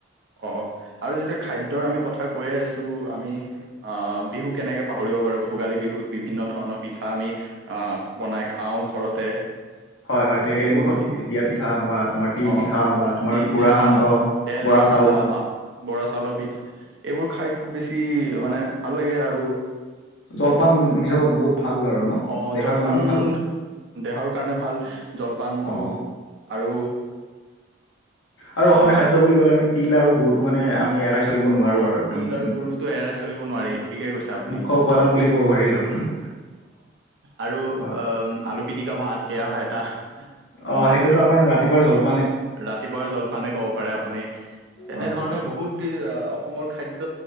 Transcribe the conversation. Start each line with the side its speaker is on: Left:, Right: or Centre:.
Right: অ' আৰু যেতিয়া খাদ্যৰ আমি কথ কথা কৈয়ে আছো আমি আ, বিহু কেনেকে পাহৰিব পাৰো ভোগালী বিহুত বিভিন্ন ধৰণৰ পিঠা আমি আ, বনাই খাওঁ ঘৰতে।
Left: হয়, হয়, টেকেলি
Right: সেইবোৰো
Left: মুুখত
Right: সেইবোৰ
Left: দিয়া পিঠা বা তোমাৰ তিল
Right: অ
Left: পিঠা বা তোমাৰ
Right: তিল
Left: গুৰা
Right: পিঠা,
Left: সান্দহ
Right: তেল
Left: বৰা
Right: পিঠা,
Left: চাউল
Right: মা বৰা চাউলৰ পিঠা এইবোৰ খাই। খুব বেছি মানে ভাল লাগে আৰু
Left: জলপান হিচাপত বহুত ভাল আৰু ন
Right: অ
Left: দেহাৰ
Right: জলপান
Left: কাৰণে ভাল।
Right: দেহৰ কাৰণে ভাল জলপান
Left: অ'।
Right: টো আৰু।
Left: আৰু অসমীয়া
Right: আহ
Left: খাদ্য বুলি ক'লে তিল আৰু গুৰটো এৰাই চলো। চলিব নোৱাৰো
Right: অ
Left: আৰু একদম।
Right: তিল গুৰুটো এৰাই চলিব নোৱাৰি ঠিকে কৈছে আপুনি
Left: মুখ্য উপাদান বুলি ক'ব পাৰি।
Right: আৰু
Left: হয়
Right: আলু পিটিকা ভাত সেয়াও হয় এটা। উম
Left: অ', সেইটোতো আমাৰ ৰাতিপুৱাৰ জল
Right: ৰাতিপুৱাৰ জলপান কব পাৰে আপুনি, তেনেধৰণে
Left: হয় হয়
Right: বহুত আ, অসমৰ খাদ্য